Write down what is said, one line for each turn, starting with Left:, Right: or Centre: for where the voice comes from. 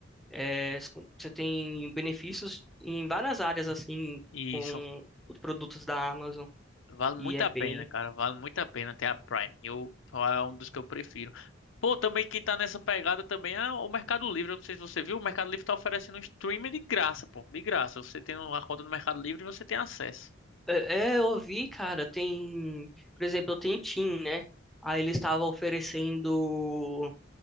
Centre: é, s- você tem benefícios em várias áreas assim
Left: Isso.
Centre: com os produtos da Amazon
Left: Vale muito
Centre: e é
Left: a
Centre: bem.
Left: pena, cara. Vale muito a pena ter a Prime. Eu, é um dos que eu prefiro. Pô, também quem tá nessa pegada também é o Mercado Livre. Eu não sei se você viu, o Mercado Livre tá oferecendo um streaming de graça, pô. De graça. Você tem uma conta no Mercado Livre e você tem acesso.
Centre: É, é, eu vi, cara, tem, por exemplo, eu tenho Tim, né? Aí ele estava oferecendo,